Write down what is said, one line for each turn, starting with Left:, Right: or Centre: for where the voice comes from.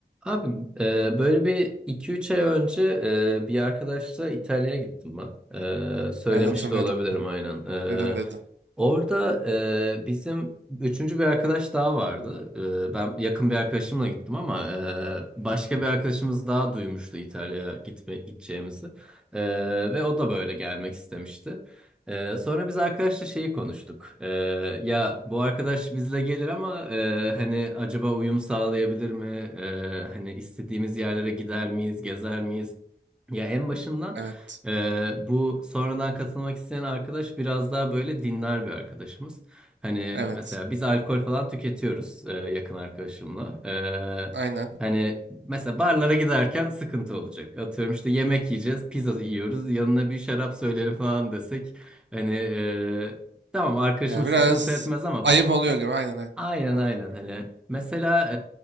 Centre: Abi e, böyle bir iki üç ay önce e, bir arkadaşla İtalya'ya gittim ben. E, söylemiş
Right: Evet hatırlıyorum.
Centre: de olabilirim aynen. E,
Right: Dedin dedin.
Centre: orada e, bizim üçüncü bir arkadaş daha vardı. E, ben yakın bir arkadaşımla gittim ama e, başka bir arkadaşımız daha duymuştu İtalya'ya gitme, gideceğimizi. E, ve o da böyle gelmek istemişti. Ee, sonra biz arkadaşla şeyi konuştuk. Ee, ya bu arkadaş bizle gelir ama e, hani acaba uyum sağlayabilir mi? Ee, hani istediğimiz yerlere gider miyiz, gezer miyiz? Ya en başından
Right: Evet.
Centre: e, bu sonradan katılmak isteyen arkadaş biraz daha böyle dinler bir arkadaşımız. Hani
Right: Evet.
Centre: mesela biz alkol falan tüketiyoruz e, yakın arkadaşımla. E,
Right: Aynen.
Centre: hani mesela barlara giderken sıkıntı olacak. Atıyorum işte yemek yiyeceğiz, pizza yiyoruz, yanına bir şarap söylerim falan desek. Hani e, tamam arkadaşımız
Right: Ya biraz
Centre: sıkıntı etmez ama
Right: ayıp oluyor gibi. Aynen aynen.
Centre: Aynen
Right: Olacak
Centre: aynen
Right: gibi.
Centre: hani mesela